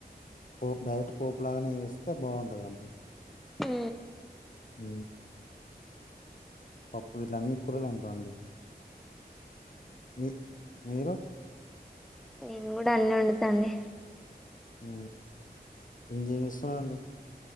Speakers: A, on the left; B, in the centre.
A: పోపు డైరెక్ట్ పోపు లాగానే చేస్తే బాగుంటదండి
B: హు
A: ఊ పప్పు గిట్ల అన్ని కూరలు వండుతా అండి మీ మీరు
B: నేను కూడా అన్ని వండుతా అండి
A: ఉ ఇంకేం చేస్తున్నారండి